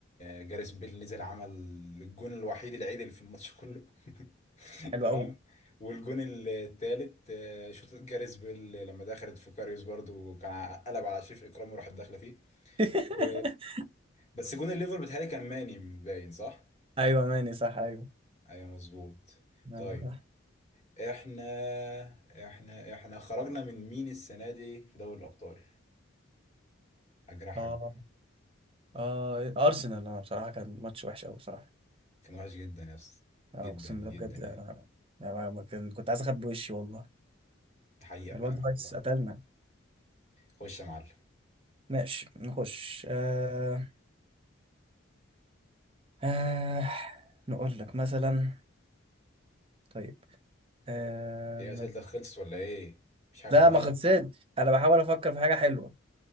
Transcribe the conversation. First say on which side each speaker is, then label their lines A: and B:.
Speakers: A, on the left; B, on the right.
A: آه، جاريس بيل نزل عمل الجون الوحيد العدل في الماتش كله <laughs>
B: حلو
A: تمام
B: قوي
A: والجون التالت آه، شوط جاريس بيل لما دخلت في كاريوس برضو كان قلب على شريف اكرامي وراحت داخله فيه
B: <laughs>
A: و... بس جون الليفر بتهيألي كان ماني باين صح؟
B: ايوه ماني صح ايوه
A: ايوه مظبوط
B: نعم،
A: طيب
B: صح
A: احنا احنا احنا خرجنا من مين السنه دي في دوري الابطال هجرحك
B: اه
A: بقى
B: اه ارسنال انا بصراحه كان ماتش وحش قوي بصراحه
A: كان وحش جدا يا اسطى
B: انا
A: جدا
B: اقسم
A: جدا
B: بالله بجد
A: يعني
B: انا يعني ما كان- كنت عايز اخبي وشي والله
A: حقيقة
B: الواد
A: فعلا
B: رايس
A: والله
B: قتلنا
A: خش يا معلم
B: ماشي نخش آه... آه... نقول لك مثلا طيب آه...
A: ايه اسئلتك خلصت ولا ايه مش عارف
B: لا
A: دماغك
B: ما خلصتش انا بحاول افكر في حاجه حلوه